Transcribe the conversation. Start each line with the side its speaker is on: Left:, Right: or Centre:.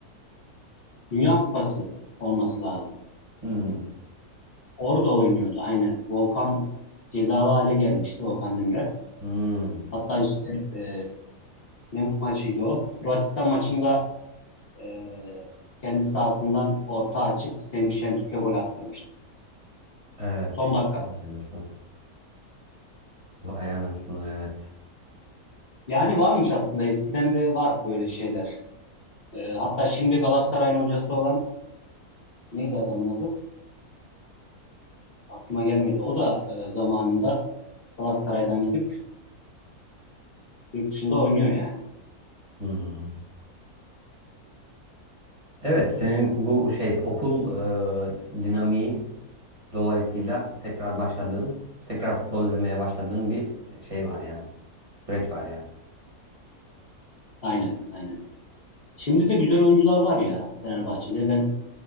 Left: Dünya Kupası olması lazım.
Right: Hmm.
Left: Orada oynuyordu aynen. Volkan cezalı hale gelmişti Volkan Demirel.
Right: Hmm.
Left: Hatta işte e, ne maçıydı o? Hırvatistan maçında e, kendi sahasından orta açıp Semih Şentürk'e gol attırmıştı.
Right: Evet.
Left: Son dakikada.
Right: Aynısın. Bu aynısın evet.
Left: Yani varmış aslında eskiden de var böyle şeyler. E, hatta şimdi Galatasaray'ın hocası olan neydi adamın adı? Aklıma gelmedi. O da e, zamanında Galatasaray'dan gidip yurt dışında oynuyor yani.
Right: Hmm. Evet senin bu şey okul e, dinamiği dolayısıyla tekrar başladığın, tekrar futbol izlemeye başladığın bir şey var yani. Süreç var yani.
Left: Aynen, aynen. Şimdi de güzel oyuncular var ya Fenerbahçe'de. Ben